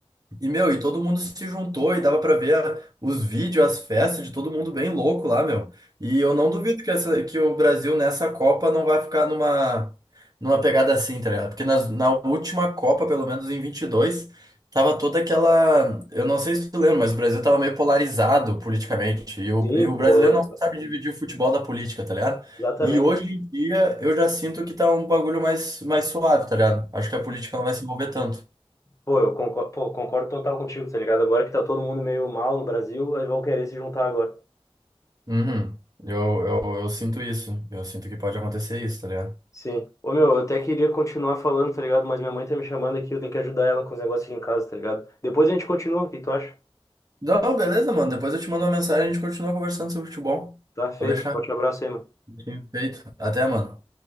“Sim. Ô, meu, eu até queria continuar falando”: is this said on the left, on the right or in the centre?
Left